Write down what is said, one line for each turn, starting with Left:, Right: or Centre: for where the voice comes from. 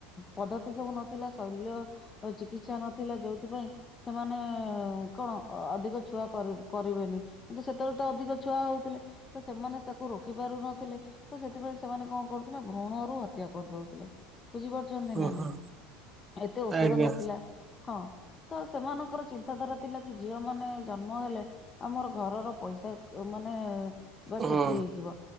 Left: ପଦ୍ଧତି ସବୁ ନଥିଲା ଶୈଲ୍ୟ ଚିକିତ୍ସା ନଥିଲା ଯୋଉଥିପାଇଁ ସେମାନେ କଣ ଅଧିକ ଛୁଆ କରିବେନି କିନ୍ତୁ ସେତେବେଳେ ତ ଅଧିକ ଛୁଆ ହଉଥିଲେ ତ ସେମାନେ ତାକୁ ରୋକି ପାରୁନଥିଲେ ତ ସେଥିପାଇଁ ସେମାନେ କଣ କରୁଥିଲେ ଭ୍ରଣ ରରୁ ହତ୍ୟା କରିଦଉଥିଲେ ବୁଝିପାରୁ ଛନ୍ତି
Right: ହୁଁ
Left: ନା ନାଇଁ?
Right: ହୁଁ
Left: ଏତେ ଔଷଧ
Right: ଆଜ୍ଞା
Left: ନଥିଲା ହଁ। ତ ସେମାନଙ୍କର ଚିନ୍ତାଧାରା ଥିଲା କି ଝିଅ ମାନେ ଜନ୍ମ ହେଲେ ଆମର ଘରର ପଇସା ମାନେ ବା କ୍ଷତି
Right: ହୁଁ
Left: ହେଇଯିବ,